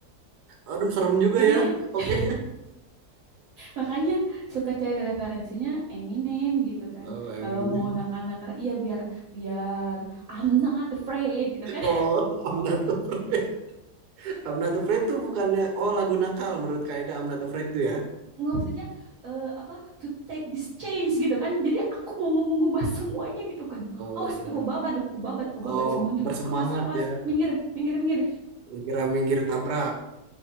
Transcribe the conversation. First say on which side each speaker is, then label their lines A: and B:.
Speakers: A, on the right (about 80°); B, on the right (about 60°).
A: Aduh, serem juga
B: Jadi
A: ya.
B: <laughs>
A: Oke.
B: makanya suka cari referensinya Eminem gitu kan.
A: Oh, I
B: Kalau
A: mean.
B: mau nakal-nakal, iya biar biar I'm not afraid gitu kan.
A: Oh, I'm not afraid. I'm not afraid tuh bukannya oh lagu nakal menurut Kak Ega I'm not afraid tuh ya.
B: nggak maksudnya eh, apa to take this change gitu kan jadi aku mau ngomong ngubah semuanya gitu kan
A: Oh
B: awas
A: iya.
B: lo babat ku babat ku
A: Oh,
B: babat semuanya
A: bersemangat
B: lo awas awas
A: ya.
B: minggir minggir minggir
A: Kira minggir tabrak.